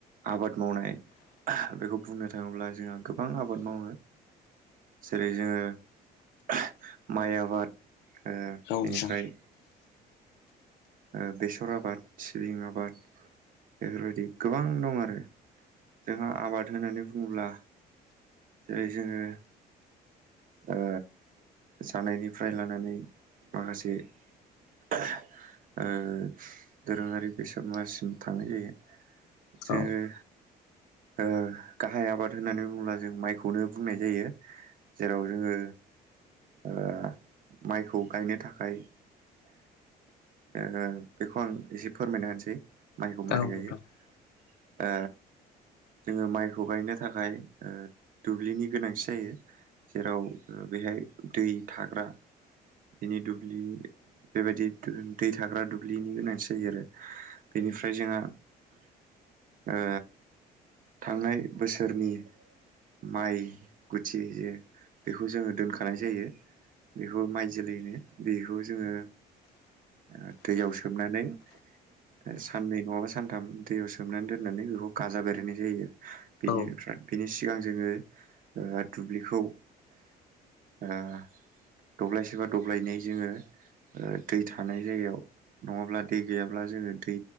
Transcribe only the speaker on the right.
आबाद मावनाय बेखौ बुंनो थाङोब्ला जोंहा गोबां आबाद मावो। जेरै जोङो माइ आबाद ओ बेनिफ्राय
ओ बेसर आबाद सिबिं आबाद बेफोरबायदि गोबां दं आरो जोंहा आबाद होननानै बुङोब्ला जेरै जोङो ओ जानायनिफ्राय लानानै माखासे ओ दोरोङारि बेसाद मासिम थांनाय जायो। जोङो
ओ गाहाय आबाद होननानै बुङोब्ला जों माइखौनो बुंनाय जायो। जेराव जोङो ओ माइखौ गायनो थाखाय ओहो बेखौ आं एसे फोरमायना होनोसै माइखौ
मारै
गायो ओ जोङो माइखौ गायनो थाखाय ओ दुब्लिनि गोनांथि जायो। जेराव ओ बेहाय दै थाग्रा बेनि दुब्लि बेबायदि थो दै थाग्रा दुब्लिनि गोनांथि जायो आरो बेनिफ्राय जोंहा ओ थांनाय बोसोरनि माइ गुथि जे बेखौ जोङो दोनखानाय जायो बेखौ माइ जोलैनो बेखौ जोङो ओ दैयाव सोमनानै ओ साननै नङाबा सानथाम दैयाव सोमनानै दोननानै बेखौ गाजा बेरहोनाय जायो। बेनिफ्राय
बेनि सिगां जोङो ओ दुब्लिखौ ओ दब्लायसे बा दब्लायनै जोङो ओ दै थानाय जायगायाव नङाब्ला दै गैयाब्ला जोङो दै